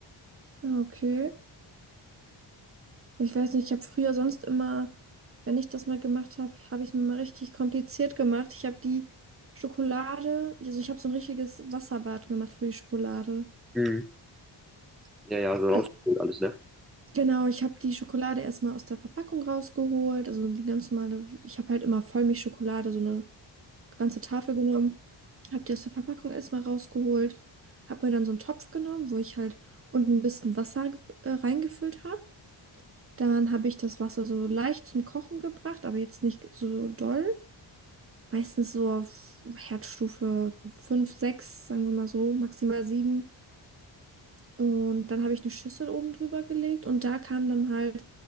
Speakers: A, on the right; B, in the centre.
A: Ah, Okay. Ich weiß nicht, ich habe früher sonst immer, wenn ich das mal gemacht habe, habe ich es mir mal richtig kompliziert gemacht. Ich habe die Schokolade, also ich habe so ein richtiges Wasserbad gemacht für die Schokolade.
B: Mhm. Ja, ja, so rausgeholt
A: Also
B: alles, ne?
A: Genau, ich habe die Schokolade erstmal aus der Verpackung rausgeholt, also die ganz normale, ich habe halt immer Vollmilchschokolade, so eine ganze Tafel genommen, habe die aus der Verpackung erstmal rausgeholt, habe mir dann so einen Topf genommen, wo ich halt unten ein bisschen Wasser äh, reingefüllt habe. Dann habe ich das Wasser so leicht zum Kochen gebracht, aber jetzt nicht so doll. Meistens so auf Herdstufe 5 6, sagen wir mal so, maximal 7. Und dann habe ich eine Schüssel oben drüber gelegt und da kam dann halt